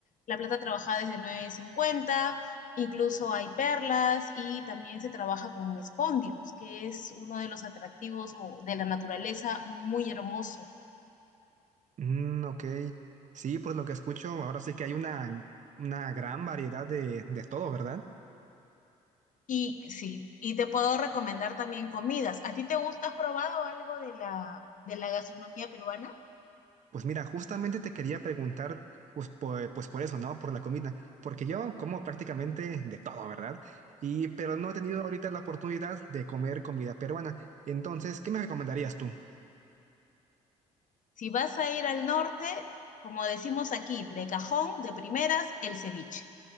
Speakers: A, on the left; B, on the right.
A: la plata trabajada es de nueve cincuenta incluso hay perlas y también se trabaja con spondylus, que es uno de los atractivos o de la naturaleza muy hermoso.
B: Mm, ok. Sí, por lo que escucho, ahora sí que hay una, una gran variedad de, de todo, ¿verdad?
A: Y sí, y te puedo recomendar también comidas. ¿A ti te gusta? ¿Has probado algo de la, de la gastronomía peruana?
B: Pues mira, justamente te quería preguntar, pues por, pues por eso, ¿no? Por la comida, porque yo como prácticamente de todo, ¿verdad? Y, pero no he tenido ahorita la oportunidad de comer comida peruana. Entonces, ¿qué me recomendarías tú?
A: Si vas a ir al norte, como decimos aquí, de cajón, de primeras, el ceviche.